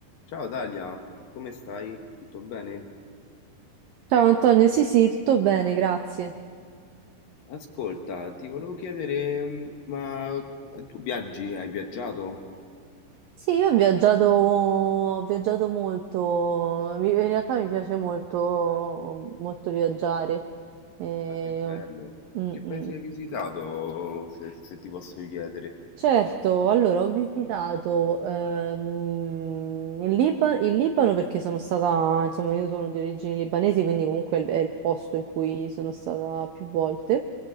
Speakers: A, on the left (about 65°); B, on the right (about 80°).
A: Ciao Dalia, come stai? Tutto bene?
B: Ciao Antonio, sì sì, tutto bene, grazie.
A: Ascolta, ti volevo chiedere, mm, ma tu viaggi? Hai viaggiato?
B: Sì, io ho viaggiato, ho viaggiato molto, Mi- in realtà mi piace molto, molto viaggiare. Eh,
A: Ah, che bello!
B: ho- mm,
A: Che paesi
B: mm.
A: hai visitato, se, se ti posso chiedere?
B: Certo, allora ho visitato ehm, il Liba- il Libano perché sono stata, insomma, io sono di origini libanesi, quindi comunque è il è il posto in cui sono stata più volte.